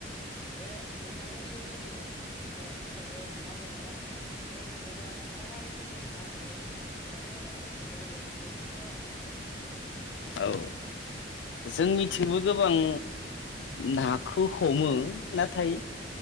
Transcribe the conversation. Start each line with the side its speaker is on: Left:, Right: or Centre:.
Centre: बे नोंथांमोननि ओनसोलथिं ओमफ्राय फार्स्टावनो ना हमो ना हमा ओमफ्राय हमोबा मा मा रोखोमनि ना मोनो ओमफ्राय मा मा आगजु बाहायो बेखौ नोंथाङा बुंदो दे
Left: औ जोंनिथिंबो गोबां नाखौ हमो नाथाय